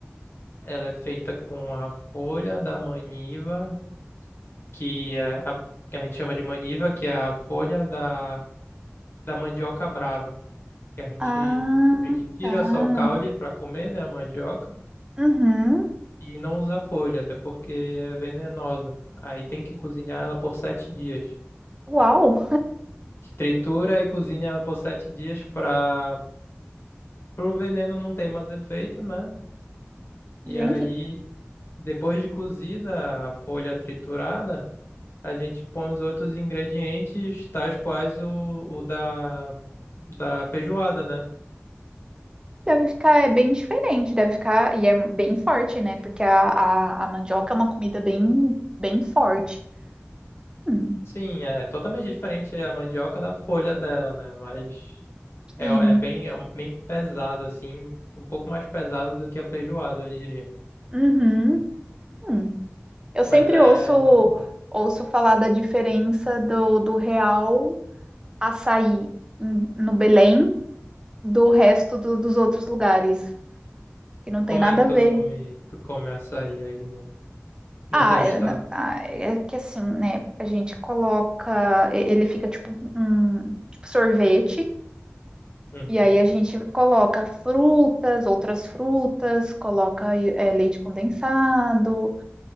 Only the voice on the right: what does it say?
Ah,
tá.
Uhum.
Uau!
Gente,
deve ficar é, bem diferente, deve ficar, e é bem forte, né? Porque a, a, a mandioca é uma comida bem, bem forte. Hum,
sim.
Uhum. Hum. Eu sempre
ouço,
ouço falar da diferença do, do real açaí em- no Belém do resto do- dos outros lugares, que não tem
nada
a ver.
Ah,
é,
na- ah, é que assim, né? A gente coloca, e- ele fica tipo um tipo sorvete,
e aí a gente coloca frutas, outras frutas, coloca é, leite condensado,